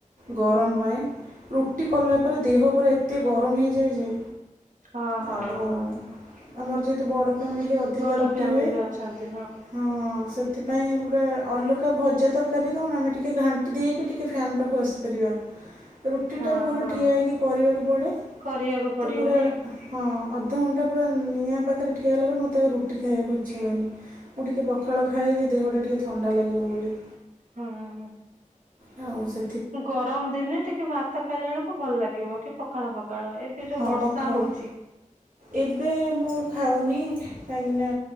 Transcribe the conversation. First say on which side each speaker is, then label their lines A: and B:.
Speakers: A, on the right (about 85°); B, on the right (about 70°).
A: ଗରମ ପାଇଁ ରୁଟି କଲା ପରେ ଦେହ ପୁରା ଏତେ ଗରମ ହେଇଯାଏ ଯେ।
B: ହଁ ହଁ
A: ଆଉ
B: ହଁ।
A: ଆମର ଯେହେତୁ ବଡ଼ ଫାମିଲି ଅଧିକା
B: ବଡ
A: ରୁଟି
B: ଫ୍ୟାମିଲି
A: ହୁଏ
B: ଅଛନ୍ତି
A: ହଁ ସେଥି ପୁରା ଅଲଗା ଭଜା ତରକାରୀ କଣ ଆମେ ଟିକେ ଘାଣ୍ଟି ଦେଇକି ଟିକେ ଫ୍ୟାନ୍ ପାଖକୁ ଆସିପାରିବା। ରୁଟିଟା
B: ହଁ
A: ପୁରା
B: ହଁ।
A: ଠିଆ ହେଇକି କରିବାକୁ ପଡ଼େ
B: କରିବାକୁ ପଡିବ
A: ତ ପୁରା
B: ନା
A: ହଁ ଅଧଘଣ୍ଟା ପୁରା ନିଆଁ ପାଖରେ ଠିଆ ହେଲା ପରେ ମୋତେ ଆଉ ରୁଟି ଖାଇବାକୁ ଇଚ୍ଛା ହୁଏନି। ମୁଁ ଟିକେ ପଖାଳ ଖାଏ ଯେ ଦେହଟା ଟିକେ ଥଣ୍ଡା ଲାଗିବ ବୋଲି।
B: ହଁ ହଁ।
A: ହଉ ସେ
B: ଗରମ ଦିନେ ଟିକେ ଭାତ ଖାଇଲା ବେଳକୁ ଭଲ ଲାଗିବ। ପଖାଳ ପଖାଳ ଏବେ ଯୋଉ
A: ହଁ
B: ବର୍ଷା
A: ପଖାଳ
B: ହେଉଚି।
A: ଏବେ ମୁଁ ଖାଉନି କାହିଁକି ନା